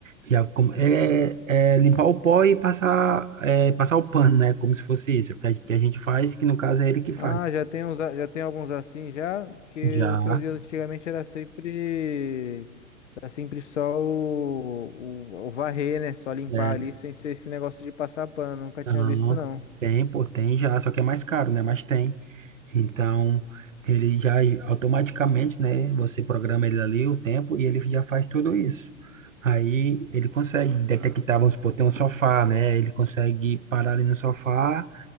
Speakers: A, on the right; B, on the left.
A: já com- é, é, limpar o pó e passar, é, passar o pano, né? Como se fosse isso, que a, que a gente faz, que no caso é ele que faz.
B: Ah, já tem uns, a- já tem alguns assim já, porque
A: Já.
B: o que eu via antigamente era sempre era sempre só o, o, o varrer, né? Só limpar
A: é,
B: ali sem ser esse negócio de passar pano, nunca
A: Não,
B: tinha visto não.
A: tem, pô, tem já, só que é mais caro, né? Mas tem. Então, ele já automaticamente, né? Você programa ele ali o tempo e ele já faz tudo isso. Aí ele consegue detectar, vamos supor, tem um sofá, né? Ele consegue parar ali no sofá